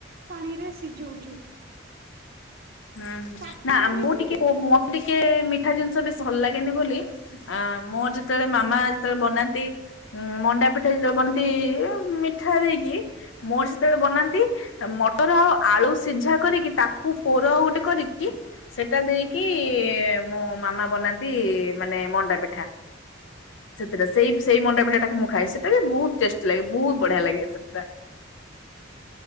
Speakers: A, on the right (about 55°); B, on the left (about 80°).
A: ପାଣିରେ ସିଯୋଉଚୁ।
B: ହୁଁ ହୁଁ
A: କାକରା
B: ନା
A: ବି
B: ମୁଁ
A: ସେମିତି
B: ଟିକେ ମତେ ଟିକେ ମିଠା ଜିନିଷ ବେଶି ଭଲ ଲାଗେନି ବୋଲି ଆ ମୋର ଯେତେବେଳେ ମାମା ଯେତେବେଳେ ବନାନ୍ତି ଉଁ ମଣ୍ଡା ପିଠା ଯେତେବେଳେ ବନାନ୍ତି ମିଠା ଦେଇକି ମୋର ସେତେବେଳେ ବନାନ୍ତି ମଟର ଆଳୁ ସିଝା କରିକି ତାକୁ ପୋର ଉ ଗୋଟେ କରିକି। ସେଟା ଦେଇକି ଏ ମୋ ମାମା ବନାନ୍ତି ମାନେ ମଣ୍ଡା ପିଠା। ସେତେଟା ସେଇ ସେଇ ମଣ୍ଡାପିଠା ଟାକୁ ମୁଁ ଖାଏ ସେଟା ବି ବୋହୁତ ଟେଷ୍ଟେ ଲାଗେ ବୋହୁତ ବଢ଼ିଆ ଲାଗେ ସେଟା।